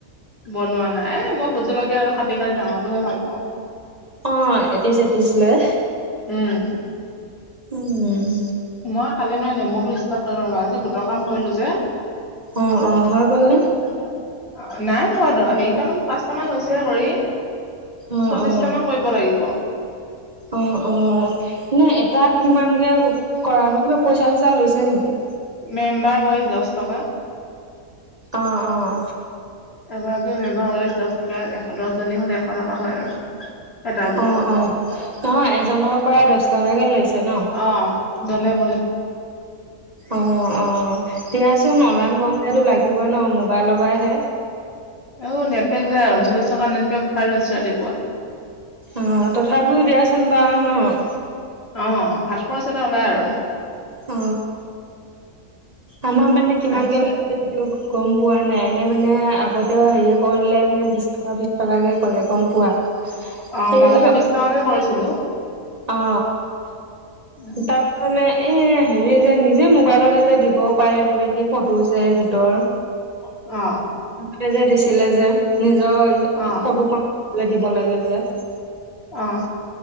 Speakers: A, on the left; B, on the right.
A: বনোৱা নাই এ মই ভোজলকীয়া আৰু কাটি কাটি ডাঙৰটোহে ভাল পাওঁ
B: অ এপিচ এপিচ লৈ
A: উম
B: উম উম
A: মই কালি মানে নেমু টো ষ্টাৰ্ট কৰিম ৰ আজি গোটৰ কাম কৰিলো যে
B: অ অ হয় গ'ল ন
A: নাই সোৱাদ হেৰিট মান পাঁচট মান হৈছেহে কৰি
B: অ
A: চল্লিশটা
B: অ
A: মান কৰিব লাগিব
B: অ অ এনেে এটাত কিমানকে কৰা ন কিবা পইচা চিচা লৈছে নেকি
A: মেম্বাৰ ৱাইজ দহ টকা
B: অ অ
A: এগৰাকী মেম্বাৰ ৱাইচ দহ টকা এশ দহজনী হলে এশ টকা হয় আৰু এটা গোটত
B: অ অ নহয় এজনৰ পৰা দহ টকাকে লৈছে ন
A: অ ধনাদ
B: অ অ অ দিয়াচোন
A: উম
B: ওলান গম সেইটো লাগিব ন মোবাইল লবাইহে
A: অ নেটৱেক যায় উনলিছটকা নেটৱেক ভাল লৈছো ৰাতিপুৱা
B: অঁ তথাপিও দিয়াচোন বাৰু নহয়
A: অ সাতশৰ ওচতে ওলাই আৰু
B: অ আমাৰ মানে কিমান
A: আহিছে
B: গে সেইটো গম পোৱা নাই এনে মানে আগতেও হেৰি কৰিলে মানে বিশ টকা বি টকাকে কৰে গম পোৱা
A: অ
B: এয়া
A: মাজতে বিশ টকাকে কৰিছিলো
B: অ
A: উম,
B: এ মানে এ হেৰি যে নিজে মোবাইলতে যে দিবও পাৰে বোলে কি ফটো যে গোটৰ
A: অ
B: তে যে দিছিলে যে নিজৰ
A: অ
B: ফটোখন দিব লাগে যে
A: অ